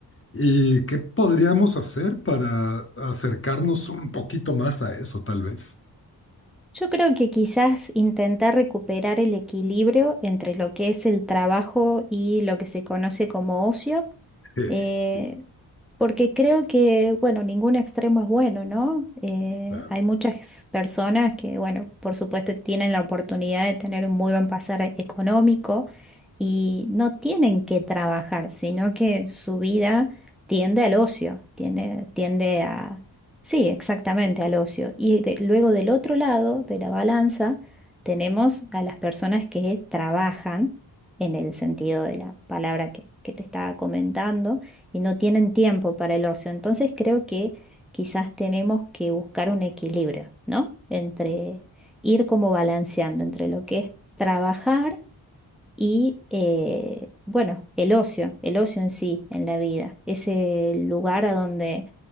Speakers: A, on the left; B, in the centre.
A: y qué podríamos hacer para acercarnos un poquito más a eso, tal vez. <laughs>
B: Yo creo que quizás intentar recuperar el equilibrio entre lo que es el trabajo y lo que se conoce como ocio,
A: Eh,
B: eh,
A: sí,
B: porque creo que, bueno, ningún extremo es bueno, ¿no? Eh,
A: claro.
B: hay muchas personas que, bueno, por supuesto tienen la oportunidad de tener un muy buen pasar e- económico y no tienen que trabajar, sino que su vida tiende al ocio, tiene- tiende a Sí, exactamente, al ocio. Y de- luego del otro lado de la balanza tenemos a las personas que trabajan, en el sentido de la palabra que, que te estaba comentando, y no tienen tiempo para el ocio. Entonces creo que quizás tenemos que buscar un equilibrio, ¿no? Entre ir como balanceando entre lo que es trabajar y, eh, bueno, el ocio, el ocio en sí, en la vida, ese lugar a donde